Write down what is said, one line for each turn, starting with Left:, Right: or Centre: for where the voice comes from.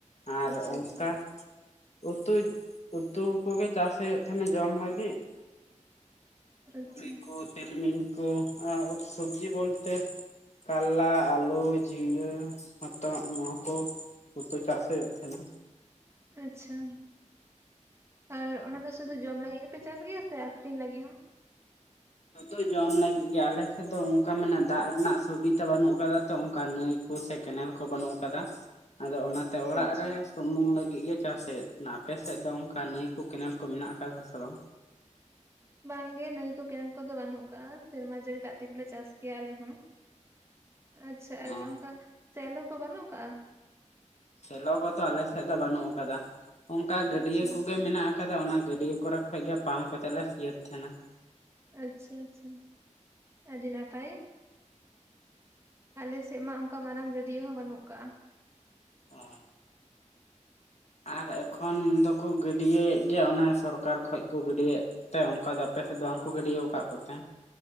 Left: ᱟᱨ
Right: ᱟᱪᱪᱷᱟ
Left: ᱚᱝᱠᱟ
Right: ᱟᱪᱪᱷᱟ
Left: ᱩᱛᱩ ᱩᱛᱩ ᱠᱚᱜᱮ ᱪᱟᱥ ᱦᱩᱭᱩᱜ ᱛᱟᱸᱦᱮᱱᱟ ᱡᱚᱢ ᱞᱟᱹᱜᱤᱫ
Right: ᱟᱪᱪᱷᱟ
Left: ᱛᱩᱲᱤ ᱠᱚ ᱛᱤᱞᱢᱤᱧ ᱠᱚ ᱟᱨ ᱥᱚᱵᱽᱡᱤ ᱵᱚᱞᱛᱮ ᱠᱟᱞᱞᱟ, ᱟᱹᱞᱩ, ᱡᱷᱤᱸᱜᱟᱹ, ᱦᱚᱛᱚᱫ ᱱᱚᱣᱟ ᱠᱚ ᱩᱛᱩ ᱪᱟᱥ ᱦᱩᱭᱩᱜ ᱛᱟᱦᱮᱱᱟ᱾
Right: ᱟᱪᱪᱷᱟ ᱟᱨ ᱚᱱᱟᱫᱚ ᱥᱩᱫᱩ ᱡᱚᱢ ᱞᱟᱹᱜᱤᱫ ᱜᱮᱯᱮ ᱪᱟᱥ ᱜᱮᱭᱟ ᱥᱮ ᱟᱠᱷᱨᱤᱧ ᱞᱟᱹᱜᱤᱫ ᱦᱚᱸ?
Left: ᱥᱩᱫᱩ ᱡᱚᱢ ᱞᱟᱹᱜᱤᱫ ᱜᱮ ᱟᱞᱮ ᱥᱮᱫ ᱫᱚ ᱚᱱᱠᱟ ᱢᱟᱱᱮ ᱫᱟᱜ ᱨᱮᱱᱟᱜ ᱥᱩᱵᱤᱛᱟ ᱵᱟᱹᱱᱩᱜ ᱟᱠᱟᱫᱟ ᱛᱚ ᱚᱱᱠᱟ ᱱᱟᱹᱭ ᱠᱩ ᱥᱮ ᱠᱮᱱᱮᱞ ᱠᱚ ᱵᱟᱹᱱᱩᱜ ᱟᱠᱟᱫᱟ ᱟᱫᱚ ᱚᱱᱟᱛᱮ ᱚᱲᱟᱜ
Right: ᱟᱪᱪᱷᱟ
Left: ᱨᱮ ᱥᱩᱢᱩᱝ ᱞᱟᱹᱜᱤᱫ ᱜᱮ ᱪᱟᱥ ᱦᱩᱭᱩᱜ ᱛᱟᱦᱮᱱᱟ, ᱟᱯᱮᱥᱮᱫ ᱫᱚ ᱚᱝᱠᱟ ᱱᱟᱹᱭ ᱠᱚ ᱠᱮᱱᱮᱞ ᱠᱚ ᱢᱮᱱᱟᱜ ᱟᱠᱟᱫᱟ ᱥᱮ ᱵᱟᱝ?
Right: ᱵᱟᱝ ᱜᱮ ᱱᱟᱹᱭ ᱠᱚ ᱠᱮᱱᱮᱞ ᱠᱚᱫᱚ ᱵᱟᱹᱱᱩᱜ ᱟᱠᱟᱜ-ᱟ ᱥᱮᱨᱢᱟ ᱡᱟᱹᱲᱤ ᱫᱟᱜ ᱛᱮᱜᱮ ᱞᱮ ᱪᱟᱥ ᱜᱮᱭᱟ ᱟᱞᱮ ᱦᱚᱸ᱾ ᱟᱪᱪᱷᱟ ᱟᱨ
Left: ᱚ
Right: ᱚᱝᱠᱟ ᱥᱮᱞᱚ ᱠᱚ ᱵᱟᱹᱱᱩᱜ ᱟᱠᱟᱜᱼᱟ
Left: ᱥᱮᱞᱚ ᱠᱚᱫᱚ ᱟᱞᱮ ᱥᱮᱫ ᱫᱚ ᱵᱟᱹᱱᱩᱜ ᱟᱠᱟᱫᱟ ᱚᱱᱠᱟ ᱜᱟᱹᱰᱤᱭᱟᱹ
Right: ᱟᱪᱪᱷᱟ
Left: ᱠᱚᱜᱮ ᱢᱮᱱᱟᱜᱼᱟ᱾ ᱠᱟᱫᱟ ᱚᱱᱟ ᱜᱟᱹᱰᱭᱟᱹ ᱠᱚᱨᱮ ᱠᱷᱚᱡ ᱜᱮ ᱯᱟᱢᱯ ᱠᱚ ᱠᱚᱛᱮ ᱞᱮ ᱥᱤᱸᱭᱟᱹᱛ ᱛᱟᱦᱮᱱᱟ ᱾
Right: ᱟᱪᱪᱷᱟ ᱟᱪᱪᱷᱟ ᱟᱹᱰᱤ ᱱᱟᱯᱟᱭ᱾ ᱟᱞᱮ ᱥᱮᱫ ᱢᱟ ᱚᱝᱠᱟ ᱢᱟᱨᱟᱝ ᱜᱟᱹᱰᱭᱟᱹ ᱦᱚᱸ ᱵᱟᱹᱱᱩᱜ ᱟᱠᱟᱜᱼᱟ ᱾
Left: ᱚ ᱟᱨ ᱮᱠᱷᱚᱱ ᱫᱚᱠᱚ ᱜᱟᱹᱰᱤᱭᱮᱜ ᱜᱮᱭᱟ ᱚᱱᱮ ᱥᱚᱨᱠᱟᱨ ᱠᱷᱚᱡ ᱠᱚ ᱜᱟᱹᱰᱤᱭᱮᱜ ᱛᱚ, ᱚᱱᱠᱟ ᱫᱚ ᱟᱯᱮ ᱥᱮᱫ ᱫᱚ ᱵᱟᱝᱠᱚ ᱜᱤᱰᱤᱭᱟ ᱟᱠᱟᱫ ᱠᱚ ᱛᱮ